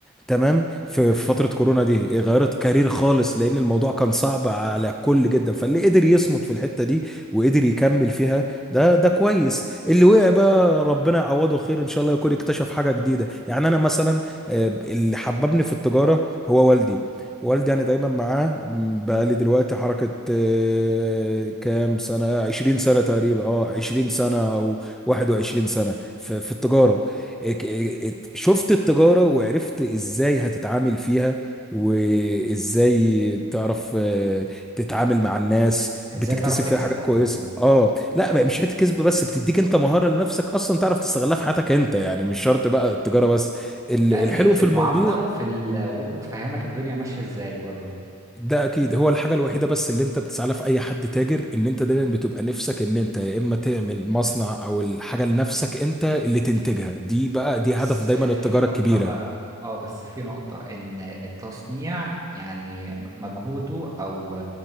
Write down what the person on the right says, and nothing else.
ايوه
ازاي
تعرف تكسب
عموما
ده
اكيد في
المعامله
وفي ال... وبرضه بتفهمك الدنيا ماشيه ازاي بره
بس
في نقطة
بقى اه بس في نقطة ان التصنيع يعني مجهوده او